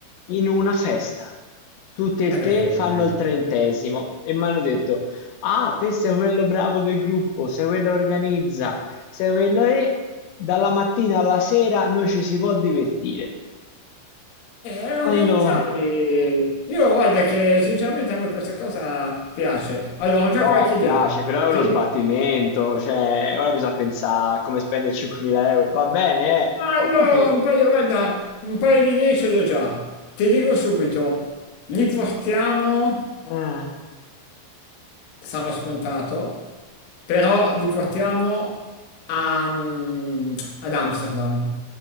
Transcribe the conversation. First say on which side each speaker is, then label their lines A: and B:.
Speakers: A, on the left; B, on the left.
A: in una festa. Tutte e tre
B: E beh,
A: fanno
B: eh,
A: il trentesimo e mi hanno detto: Ah, te sei quello bravo del gruppo, sei quello che organizza, sei quello e dalla mattina alla sera noi ci si può divertire.
B: eh, organizziamoli.
A: Allora,
B: Io guarda che sinceramente a me questa cosa piace. Allora, ho già
A: no,
B: qualche idea.
A: piace, però è
B: Ti-
A: uno sbattimento, cioè, ora bisogna pensare a come spendere 5.000 euro. Va bene, eh?
B: Ma
A: Ho
B: io
A: capito.
B: un paio, guarda, un paio di idee ce l'ho già. Ti dico subito, li portiamo,
A: Ah,
B: sarà scontato, però li portiamo a- mm, ad Amsterdam,